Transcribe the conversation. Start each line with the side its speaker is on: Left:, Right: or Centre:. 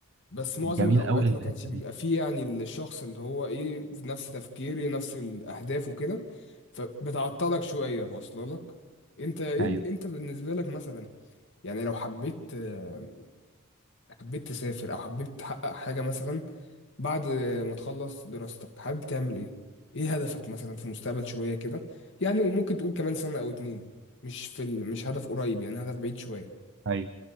Left: بس معظم
Right: جميل
Left: الاوقات
Right: قوي الحته
Left: ما كانش بيبقى
Right: دي
Left: فيه يعني الشخص اللي هو ايه في نفس تفكيري نفس الاهداف وكده فبتعطلك شوية واصله لك انت ايه
Right: ايوه
Left: انت بالنسبة لك مثلا يعني لو حبيت آه، حبيت تسافر او حبيت تحقق حاجة مثلا بعد ما تخلص دراستك حابب تعمل ايه ايه هدفك مثلا في المستقبل شوية كده يعني وممكن تقول كمان سنة او اتنين مش في ال... مش هدف قريب يعني هدف بعيد شوية
Right: ايوه